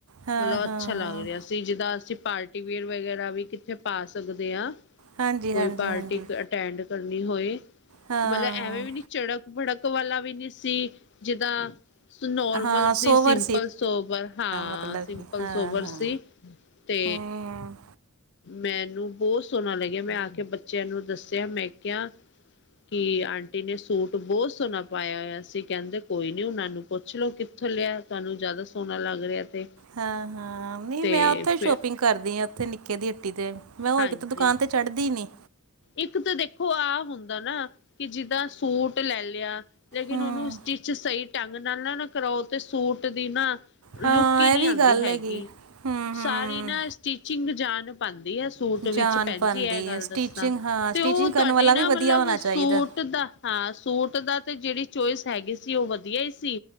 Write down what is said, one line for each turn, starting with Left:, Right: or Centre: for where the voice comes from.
Right: ਹਾਂ
Left: ਮਤਲਬ
Right: ਹਾਂ
Left: ਅੱਛਾ ਲੱਗ ਰਿਹਾ ਸੀ ਜਿੱਦਾਂ ਅਸੀਂ ਪਾਰਟੀ ਵਿਅਰ ਵਗੈਰਾ ਵੀ ਕਿੱਥੇ ਪਾ ਸਕਦੇ ਹਾਂ।
Right: ਹਾਂਜੀ
Left: ਕੋਈ
Right: ਹਾਂਜੀ
Left: ਪਾਰਟੀ
Right: ਹਾਂਜੀ
Left: ਅਟੈਂਡ ਕਰਨੀ ਹੋਏ,
Right: ਹਾਂ
Left: ਮਤਲਬ ਐਵੇਂ ਵੀ ਨੀ ਚਝੜਕ ਭੜਕ ਵਾਲਾ ਵੀ ਨਹੀਂ ਸੀ ਜਿੱਦਾਂ ਨੋਰਮਲ
Right: ਹਾਂ
Left: ਸੀ
Right: ਸੋਵਰ
Left: ਸਿੰਪਲ ਸੋਵਰ ਹਾਂ
Right: ਮਤਲਬ
Left: ਸਿੰਪਲ
Right: ਕਿ ਹਾਂ
Left: ਸੋਵਰ
Right: ਹਾਂ
Left: ਸੀ। ਤੇ
Right: ਹਮ
Left: ਮੈਨੂੰ ਬਹੁਤ ਸੋਹਣਾ ਲੱਗਿਆ ਮੈਂ ਆ ਕੇ ਬੱਚਿਆਂ ਨੂੰ ਦੱਸਿਆ ਮੈਂ ਕਿਹਾ ਕਿ ਆਂਟੀ ਨੇ ਸੂਟ ਬਹੁਤ ਸੋਹਣਾ ਪਾਇਆ ਹੋਇਆ ਸੀ ਕਹਿੰਦੇ ਕੋਈ ਨੀ ਉਹਨਾਂ ਨੂੰ ਪੁੱਛ ਲੋੋ ਕਿੱਥੋਂ ਲਿਆ ਤੁਹਾਨੂੰ ਜ਼ਿਆਦਾ ਸੋਹਣਾ ਲੱਗ ਰਿਹਾ ਤੇ
Right: ਹਾਂ-ਹਾਂ, ਨਹੀਂ
Left: ਤੇ
Right: ਮੈਂ ਉੱਥੇ
Left: ਫਿਰ
Right: ਸ਼ੋਪਿੰਗ ਕਰਦੀ ਆ ਉੱਥੇ ਨਿੱਕੇ ਦੀ ਹੱਟੀ ਤੇ ਮੈਂ ਹੋਰ
Left: ਹਾਂਜੀ
Right: ਕਿਤੇ ਦੁਕਾਨ ਤੇ ਚੜ੍ਹਦੀ ਨੀ
Left: ਇੱਕ ਤਾਂ ਦੇਖੋ ਆਹ ਹੁੰਦਾ ਨਾ ਕਿ ਜਿੱਦਾਂ ਸੂਟ ਲੈ ਲਿਆ ਲੇਕਿਨ
Right: ਹਮ
Left: ਉਹਨੂੰ ਸਟਿਚ ਸਹੀ ਢੰਗ ਨਾਲ ਨਾ-ਨਾ ਕਰਾਓ ਤੇ ਸੂਟ ਦੀ ਨਾ, ਲੁੱਕ
Right: ਹਾਂ
Left: ਹੀ
Right: ਇਹ
Left: ਨਹੀਂ
Right: ਵੀ
Left: ਆਂਦੀ
Right: ਗੱਲ
Left: ਹੈਗੀ,
Right: ਹਮ
Left: ਸਾਰੀ
Right: ਹਮ
Left: ਨਾ ਸਟੀਿਚਿੰਗ ਜਾਨ ਪਾਂਦੀ ਹੈ। ਸੂਟ ਵਿੱਚ
Right: ਜਾਨ
Left: ਭੈਣਜੀ
Right: ਪਾਉਂਦੀ
Left: ਇਹ ਗੱਲ
Right: ਹੈ ਸਟਿਚਿੰਗ
Left: ਦੱਸਾਂ
Right: ਹਾਂ
Left: ਤੇ
Right: ਸਟਿਚਿੰਗ
Left: ਉਹ ਤੁਹਾਡੇ
Right: ਕਰਨ ਵਾਲਾ
Left: ਨਾ
Right: ਵੀ ਵਧੀਆ
Left: ਮਤਲਬ
Right: ਹੋਣਾ
Left: ਸੂਟ
Right: ਚਾਹੀਦਾ
Left: <unintelligible> ਹਾਂ ਸੂਟ ਦਾ ਤੇ ਜਿਹੜੀ ਚੋਇਸ ਹੈਗੀ ਸੀ ਉਹ ਵਧੀਆ ਹੀ ਸੀ।